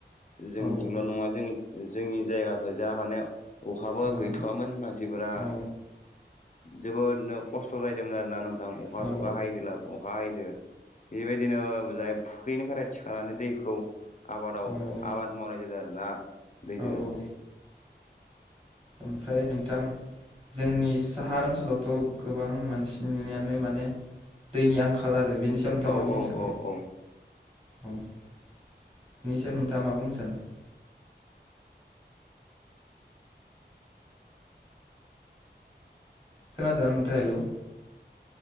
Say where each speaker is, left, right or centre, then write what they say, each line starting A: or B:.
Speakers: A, on the left (about 45°); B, on the right (about 30°).
A: जोंनिथिंल'
B: औ
A: नङा जों जोंनि जायगाफोर जा माने अखाबो
B: औ
A: गैथ'वामोन मानसिफोरा
B: औ
A: जोबोद नो खस्थ' जायो दोंमोन आरोना नोंथां अखा
B: औ
A: सखा हायदला अखा हयिदो बेबायदिनो जाय फुख्रिनिफ्राय थिखांनानै दैखौ आबादाव
B: औ
A: आबाद मावनाय जादों आरोना। दैदो
B: औ औ ओमफ्राय नोंथां जोंनि साहा ओनसोलावथ' गोबां मानसिनिनो माने दैनि आंखाल आरो बेनि सायाव नोंथाङा
A: औ औ
B: मा
A: औ
B: बुंनो सानो?
A: औ औ
B: बेनि सायाव नोंथां मा बुंनो सानो? औ खोनादोना नोंथांङा? Hello!